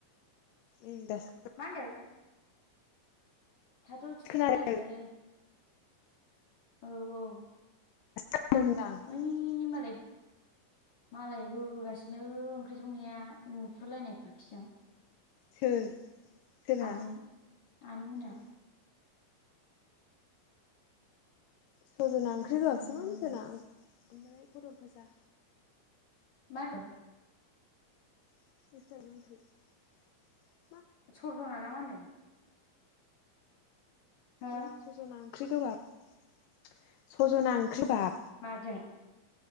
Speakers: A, on the left; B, on the left.
A: उम दासो
B: मा होनदों? थाथ' थुथ'
A: खोनादों
B: खोनाजोब्बायलै औ औ
A: <unintelligible>
B: ओइनि मालाय मालाय होगासिनो ओंख्रि संनाया नुफुरलायनाय खोरखिजों
A: सोर सोरहा
B: आनैै आनै मोना
A: ए सजना
B: बेबादिनो
A: ओंख्रि होआसैमोन जोंना ओमफ्राय फथल फाजा।
B: मा होनदों?
A: <unintelligible>
B: सरजना ना मा होनदों? हो
A: उम सजना ओंख्रि गोबाब सजना ओंख्रिबाब
B: माजों